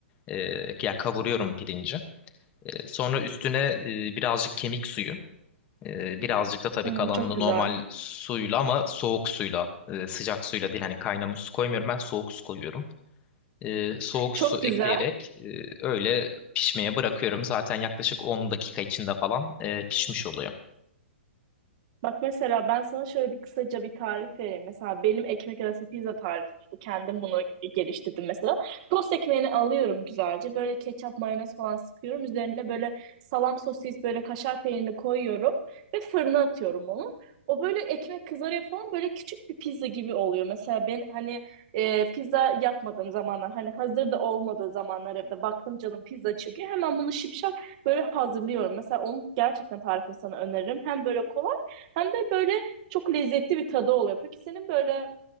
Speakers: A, on the left (about 20°); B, on the right (about 35°).
A: Ee, ya kavuruyorum pirinci. Ee, sonra üstüne e, birazcık kemik suyu. Ee, birazcık da tabii
B: Hmm,
A: kalanını
B: çok güzel.
A: normal suyla ama soğuk suyla, e, sıcak suyla değil. Hani kaynamış su koymuyorum ben soğuk su koyuyorum. Ee, soğuk
B: Çok
A: su ekleyerek
B: güzel.
A: e, öyle pişmeye bırakıyorum. Zaten yaklaşık 10 dakika içinde falan e, pişmiş oluyor.
B: Bak mesela ben sana şöyle bir kısaca bir tarif vereyim. Mesela benim ekmek arası pizza tarifim. bu. Kendim bunu geliştirdim mesela. Tost ekmeğini alıyorum güzelce. Böyle ketçap, mayonez falan sıkıyorum. Üzerine böyle salam sosis, böyle kaşar peynirini koyuyorum. Ve fırına atıyorum onu. O böyle ekmek kızarıyor falan böyle küçük bir pizza gibi oluyor. Mesela ben hani e, pizza yapmadığım zamanlar hani hazır da olmadığı zamanlar evde baktım canım pizza çıkıyor. Hemen bunu şipşak böyle hazırlıyorum. Mesela onu gerçekten tarifini sana öneririm. Hem böyle kolay hem de böyle çok lezzetli bir tadı oluyor. Peki senin böyle